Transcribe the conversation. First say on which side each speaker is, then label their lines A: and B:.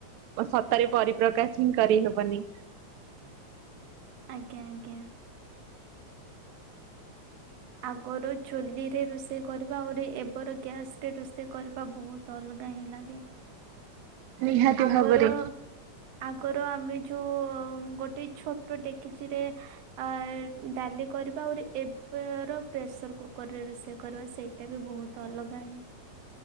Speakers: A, on the right (about 80°); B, on the right (about 65°).
A: ସତରେ ପରିପ୍ରକାଶ ହିଁ କରିହବନି।
B: ଆଜ୍ଞା ଆଜ୍ଞା। ଆଗରୁ ଚୁଲିରେ ରୋଷେଇ କରିବା ଆଉରି ଏବର ଗ୍ୟାସ ରେ ରୋଷେଇ କରିବା ବହୁତ ତ ଅଲଗା ହିଁ ଲାଗେ।
A: ନିହାତି
B: ଆଗର
A: ଭାବରେ
B: ଆଗର ଆମେ ଯୋଉ ଗୋଟେ ଛୋ ଡେକିଚିରେ ଅ ଡାଲି କରିବା ଆହୁରି ଏ ର ପ୍ରେସର କୁକର ରେ ରୋଷେଇ କରିବା ସେଇଟା ବି ବହୁତ ଅଲଗା ହିଁ।